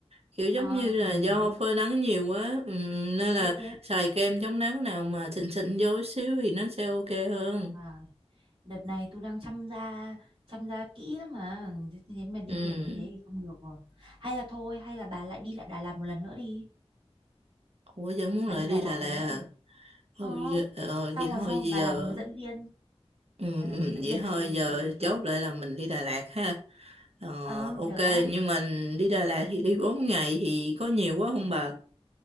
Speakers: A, on the right; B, on the right.
A: kiểu giống
B: Ờ
A: như
B: hiểu
A: là
B: hiểu,
A: do phơi nắng nhiều quá ừm, nên là
B: biết biết.
A: xài kem chống nắng nào mà xịn xịn vô xíu thì nó sẽ ok hơn
B: À, đợt này tôi đang chăm da, chăm da kỹ lắm mà, thế thế mà đi
A: ừ
B: biển như thế thì không được rồi. Hay là thôi, hay là bà lại đi lại Đà Lạt một lần nữa đi.
A: Ủa vẫn muốn
B: Bà
A: lại
B: đi Đà
A: đi
B: Lạt
A: Đà Lạt
B: lần nữa đi. Ờ,
A: ừ, giờ, ờ,
B: xong
A: vậy
B: rồi
A: thôi
B: xong rồi
A: giờ
B: bà làm hướng dẫn viên,
A: ừ,
B: bà làm
A: ừ,
B: hướng dẫn
A: vậy
B: viên cho
A: thôi
B: tôi,
A: giờ
B: hợp lý
A: chốt
B: chưa?
A: lại là mình đi Đà Lạt ha ờ,
B: Ờ,
A: ok
B: được á.
A: nhưng mà đi Đà Lạt thì đi 4 ngày thì có nhiều quá không bà